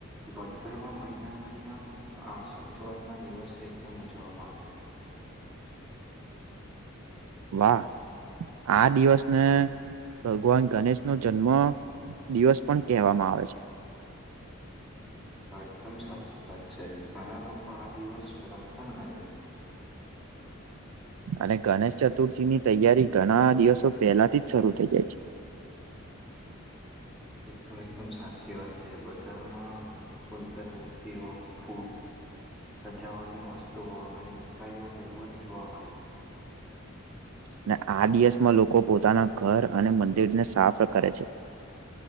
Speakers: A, in the centre; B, on the right.
A: ભદ્રવા મહિનામાંની આમ આસો ચોહટ ના દિવસે એકદમ ઉજવવામાં આવે છે.
B: વાહ આ દિવસને ભગવાન ગણેશ ન જન્મ દિવસ પણ કહેવામાં આવે છે <inaudible>
A: હા એકદમ સાચી વાત છે ઘણા લોકો આ દિવસ વ્રત પણ કરે છે
B: <inaudible> અને ગણેશ ચતુર્થીની તૈયારી ઘણા દિવસો પહેલાથી જ શરૂ થઈ જાય છે <inaudible>
A: એકદમ એકદમ સાચી વાત છે બજારમાં સુંદર મૂર્તિઓ ફૂલ સજાવટની વસ્તુઓ અને મીઠાઈઓ બહુ જ જોવા મળે છે
B: અને આ દિવસમાં લોકો પોતાના ઘર અને મંદિરને સાફ કરે છે <inaudible>